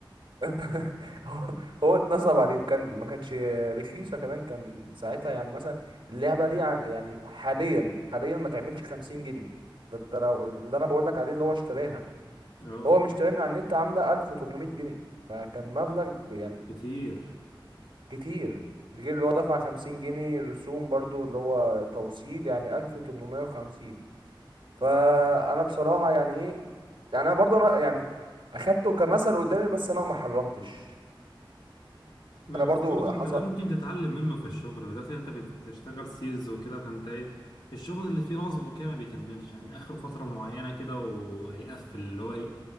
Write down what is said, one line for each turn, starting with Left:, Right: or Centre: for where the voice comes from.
Right: <laughs> هو هو اتنصب عليه وكان ما كانش رخيصة كمان كان ساعتها يعني مثلا اللعبة دي ع- يعني حاليا حاليا ما تعملش 50 جنيه ده انت لو اللي انا بقول لك عليه اللي هو اشتراها
Left: اه
Right: هو مش اشتراها من على النت عاملة 1800 جنيه فكان
Left: أوف.
Right: مبلغ ب- يعني
Left: كتير
Right: كتير غير اللي هو دفع 50 جنيه رسوم برضو اللي هو توصيل يعني 1850 فانا بصراحة يعني ايه يعني انا برضو انا يعني اخدته كمثل قدامي بس انا ما حرمتش
Left: لا
Right: انا
Left: بس
Right: برضو
Left: برضه
Right: حصل
Left: انت ده ممكن تتعلم منه في الشغل بالذات انت بتشتغل سيلز وكده فانت ايه الشغل اللي فيه نصب وكده ما بيكملش يعني اخر فترة معينة كده وهيقفل اللي هو ايه